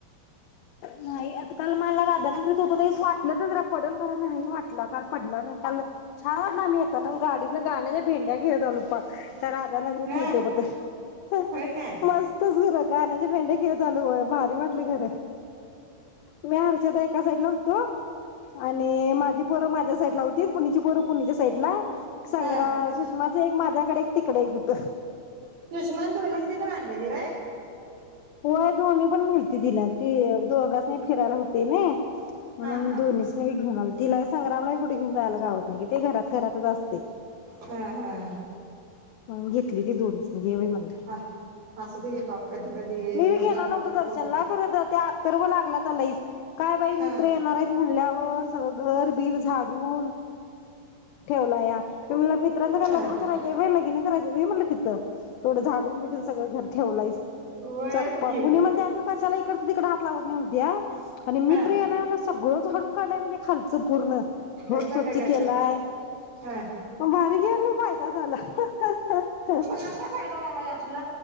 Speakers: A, on the left (about 75°); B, on the right (about 55°).
A: नाही आता काल मला रा -- <unintelligible> होतो त्यावेळेस वाटलतं जरा पडल खरा नाही वाटला का पडला नाही. काल छान आम्ही येता ना गाडीतन गाण्याच्या भेंड्या खेळत आलो. पाक त्या राधानगरीत
B: हा
A: न इथपर्यंत
B: होय काय
A: मस्तच खरं गाण्याच्या भेंड्या खेळत आलो होय. भारी वाटली घर. मी हर्षदा एक एका साईड ला होतो आणि माझी पोर माझ्या साईड ला हुतीत. पुनीची पोर पूनिच्या साईडला. संग्रा
B: हा
A: सुशमाचा एक माझ्या तीकडं एक होत.
B: सुषमान दोन्हीसनी पण आणलेली होय?
A: होय. दोन्ही पण न्हिलती तिनं ती दोघासनी फिरायला हुतंनंय म्हणून
B: हा हा
A: दोन्हीसनी घेऊन आलति तिला संग्रामला कुठे घेऊन जायला गावत नाही. ते घरात घरातचं असतयं.
B: हं हं.
A: म्हणुन घितली ती दोनीसनी घे बाई म्हणलं.
B: हा असू दे घे पाप कधी कधी
A: मी
B: घेऊन
A: बी घेणार
B: जायला
A: नव्हतो
B: पाहिजे
A: दर्शनला
B: पोरास
A: खरं त्या आ तरव लागला. <unintelligible> काय बाई मित्र
B: हा
A: येणार हाईत म्हणल्या वर. <unintelligible> घरबीर झाडून. ठेवला या. तुमल्य मित्राच काय
B: हा
A: लग्न करायचं लग्न करायचं व्हय तिथं एवढं झाडून बिडून सगळं घर ठेवलाइस.
B: व्हयच
A: चकपक
B: की
A: पुनी म्हणते अग कशाला? इकडचं तिकड हात लावत नाही म्हणतीया आणि मित्र
B: हा
A: येणार हाय म्हटल्यावर सगळं झाडुन काढलाय खालचं पूर्ण.
B: ग
A: घर
B: ग
A: स्वच्छ
B: ग ग
A: केेलायं.
B: ग हा
A: म भारी आता झालं अं हं हं हं हं
B: काय फायदा झाला यातन?